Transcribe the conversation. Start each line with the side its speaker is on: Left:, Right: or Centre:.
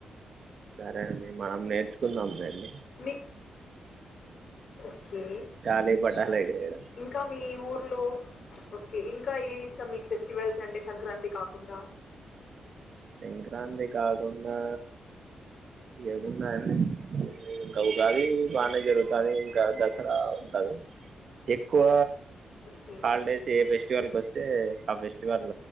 Right: సరే అండి మనం నేర్చుకున్నాం రండి
Left: మీ ఓకే
Right: గాలి పటాలు ఎగిరేయడం
Left: ఇంకా మీ ఊర్లో ఓకే ఇంకా క్కవి మిక్ ఫెస్టివల్స్ అంటే సంక్రాంతి కాకుండా.
Right: సంక్రాంతి కాకుండా ఏమున్నాయండి ఇంకా ఉగాలి బాగానే జరుగుతుంది ఇంకా దసరా ఉంటుది ఎక్కువ
Left: ఓకే
Right: హాలిడేస్ ఏ ఫెస్టివల్కి వస్తే ఆ ఫెస్టివల్